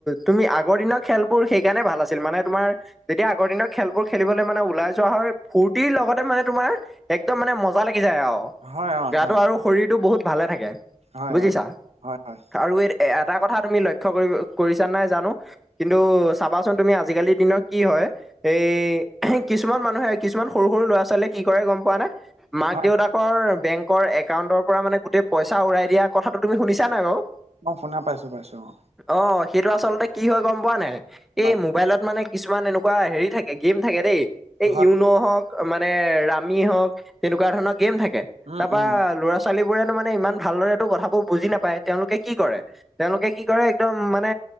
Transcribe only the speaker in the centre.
তুমি আগৰ দিনৰ খেলবোৰ সেইকাৰণে ভাল আছিল মানে তোমাৰ যেতিয়া আগৰ দিনৰ খেলবোৰ খেলিবলে মানে ওলাই যোৱা হয় ফূৰ্তিৰ লগতে মানে তোমাৰ একদম মানে মজা লাগি যায় আও
গাটো
আৰু শৰীৰটো বহুত ভালে থাকে
বুজিছা
আৰু এই এটা কথা তুমি লক্ষ্য কৰি কৰিছা নাই জানো কিন্তু চাবাচোন তুমি আজিকালিৰ দিনৰ কি হয় এই কিছুমান মানুহে কিছুমান সৰু সৰু ল'ৰা ছোৱালীয়ে কি কৰে গম পোৱা নে মাক
দেউতাকৰ বেংকৰ একাউণ্টৰ পৰা মানে গোটেই পইচা উৰাই দিয়া কথাটো তুমি শুনিছা নাই বাৰু
অ সেইটো আচলতে কি হয় গম পোৱা নাই এই
মোবাইলত মানে কিছুমান এনেকুৱা হেৰি থাকে গেম থাকে দেই এই
ইউন' হওক মানে ৰামি হওক তেনেকুৱা ধৰণৰ গেম থাকে
তা-পা
ল'ৰা ছোৱালীবোৰেনো মানে ইমান ভালদৰে তো কথাবোৰ বুজি নাপায় তেওঁলোকে কি কৰে তেওঁলোকে কি কৰে একদম মানে